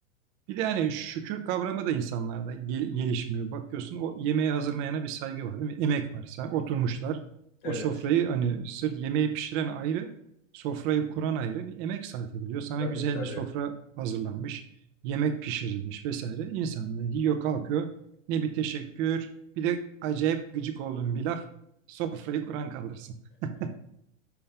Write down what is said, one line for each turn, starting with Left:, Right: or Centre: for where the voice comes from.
Right: Bir de hani şükür kavramı da insanlarda gel- gelişmiyor. Bakıyorsun o yemeği hazırlayana bir saygı var değil mi? Emek var. Sen oturmuşlar.
Left: Evet
Right: O sofrayı hani sırf yemeği pişiren ayrı, sofrayı kuran ayrı bir emek sarf ediliyor. Sana
Left: tabii
Right: güzel
Left: tabii.
Right: bir sofra hazırlanmış, yemek pişirilmiş vesaire. İnsanlar yiyor, kalkıyor. Ne bir teşekkür, bir de acayip gıcık olduğum bir laf. Sofrayı kuran kaldırsın. <laughs>